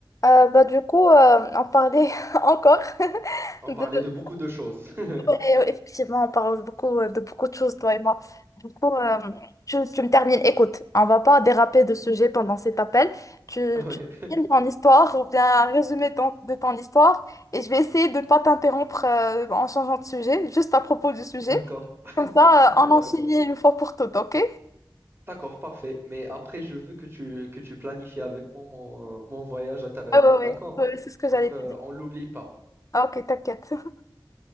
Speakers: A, on the left; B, on the right.
A: Euh, bah, du coup, euh, on parlait <laughs> encore <laughs>
B: On
A: de...
B: parlait de beaucoup de choses. <laughs>
A: et euh, Effectivement, on parle beaucoup euh, de beaucoup de choses, toi et moi. Du coup, euh, tu, tu me termines. Écoute, on va pas déraper de sujet pendant cet appel. Tu,
B: Ouais,
A: tu termines ton histoire ou bien un résumé ton- de ton histoire et je vais essayer de ne pas t'interrompre euh, en changeant de sujet, juste à propos du sujet.
B: d'accord, <laughs>
A: Comme ça, euh, on en finit
B: d'accord.
A: une fois pour toutes, ok?
B: D'accord, parfait. Mais après, je veux que tu, que tu planifies avec moi mon, mon voyage à Tarazout,
A: Ah ouais, ouais,
B: d'accord?
A: ouais, c'est ce que j'allais
B: Donc, euh,
A: te dire.
B: on l'oublie pas.
A: Ah, ok, t'inquiète. <laughs>